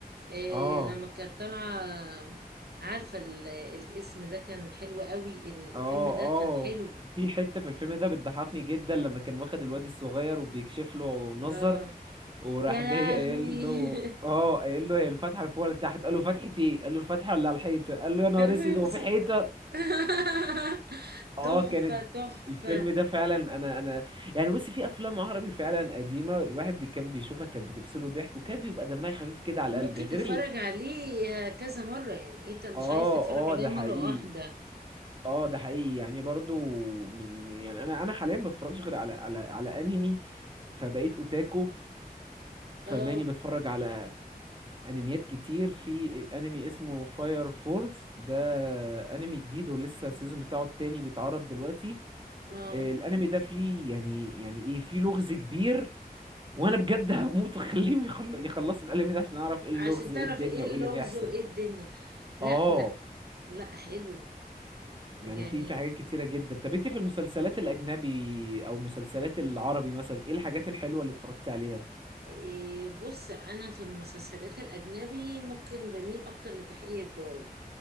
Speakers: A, on the right (about 85°); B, on the right (about 30°).
A: إيه
B: اه
A: لما كانت طالعة عارفة ال- الاسم ده كان حلو قوي الفيلم
B: اه
A: ده كان حلو
B: اه في حته في الفيلم ده بتضحكني جدا لما كان واخد الواد الصغير وبيكشف له نظر
A: اه
B: وراح
A: يا لهوي
B: جاي قايل له
A: <laughs>
B: اه قايل له هي الفتحه اللي فوق ولا تحت قال له فتحه ايه قال له الفتحه اللي على الحيطه قال له يا نهار
A: المهم
B: اسود هو
A: س-
B: في حيطه
A: <laughs>
B: اه
A: تحفة
B: كانت
A: تحفة
B: الفيلم ده فعلا انا انا يعني بص في افلام عربي فعلا قديمه الواحد بي- كان بيشوفها كانت بتفصله ضحك وكان بيبقى دمها خفيف كده على
A: وممكن
B: القلب غير
A: تتفرج
B: ال...
A: عليه كذا مرة يعني انت مش
B: اه
A: عايز تتفرج عليه
B: اه ده
A: مرة
B: حقيقي
A: واحدة
B: اه ده حقيقي يعني برضو من يعني انا انا حاليا بتفرجش غير على على على انمي فبقيت اوتاكو
A: اه
B: فماني بتفرج على انميات كتير في انمي اسمه فاير فورس ده انمي جديد ولسه السيزون بتاعه التاني بيتعرض دلوقتي
A: ما
B: آه، الانمي ده فيه يعني يعني ايه فيه لغز كبير وانا بجد هموت واخليهم يخل- يخلصوا الانمي ده عشان اعرف ايه اللغز
A: عشان
B: وايه
A: تعرف
B: الدنيا
A: ايه اللغز
B: وايه اللي بيحصل
A: وايه الدنيا لا
B: اه
A: لا لا حلو
B: يعني
A: يعني
B: في في حاجات كتيرة جدا طب انت في المسلسلات الاجنبي او مسلسلات العربي مثلا ايه الحاجات الحلوة اللي اتفرجتي عليها
A: إيه، بص انا في المسلسلات الاجنبي ممكن بميل اكتر لتحقيق الجرايم